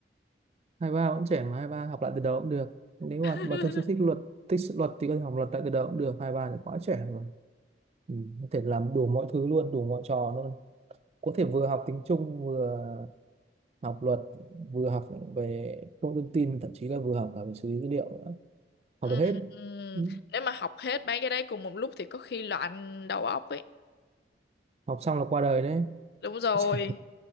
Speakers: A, on the right; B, on the left.
A: hai ba vẫn trẻ mà hai ba học lại từ đầu cũng được nếu
B: <laughs>
A: mà mà thực sự thích luật thích sự luật thì có thể học luật lại từ đầu cũng được hai ba thì quá trẻ rồi ừ. có thể làm đủ mọi thứ luôn đủ mọi trò luôn có thể vừa học tiếng Trung vừa học luật vừa học về công nghệ thông tin thậm chí là vừa học cả về xử lý dữ liệu nữa. học
B: Ừm,
A: được hết
B: ừm,
A: ừ.
B: nếu mà học hết mấy cái đấy cùng một lúc thì có khi loạn đầu óc ấy.
A: học xong là qua đời đấy
B: Đúng rồi.
A: <laughs>